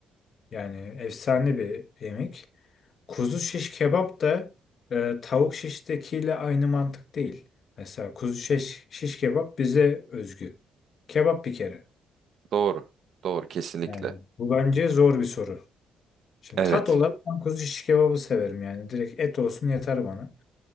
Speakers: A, on the left (about 55°); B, on the right (about 65°).
A: yani efsane bir yemek. Kuzu şiş kebap da e, tavuk şiştekiyle aynı mantık değil. Mesela kuzu şiş, şiş kebap bize özgü. Kebap bir kere.
B: Doğru. Doğru kesinlikle.
A: Yani bu bence zor bir soru. Şimdi
B: Evet.
A: tat olarak ben kuzu şiş kebabı severim yani. Direkt et olsun yeter bana.